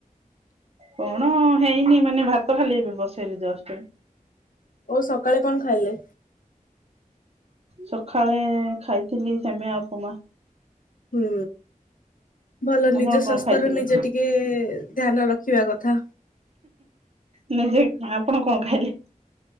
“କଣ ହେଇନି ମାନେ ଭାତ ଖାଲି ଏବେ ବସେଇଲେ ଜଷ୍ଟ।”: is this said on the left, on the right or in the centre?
Right